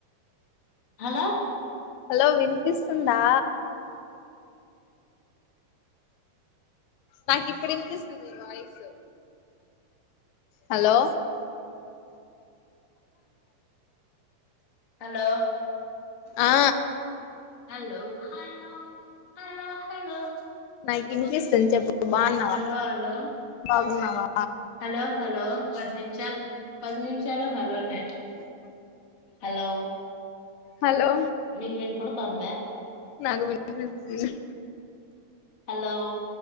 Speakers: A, on the left; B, on the left.
A: హలో
B: హలో వినిపిస్తుందా నాకు ఇప్పుడ ఇనిపిస్తుంది వాయిసు హలో
A: హలో
B: ఆ
A: హలో హలో హలో హలో
B: నాకు ఇనిపిస్తుంది చెప్పు బాగున్నవ
A: హలో హలో హలో
B: బాగున్నవ
A: హలో హలో పది నిమిషాల్ పది నిమిషాలు హలో నె హలో
B: హలో
A: మీకు వినపడతాంద్య
B: నాకు వినిపిస్తుంది హ్
A: హలో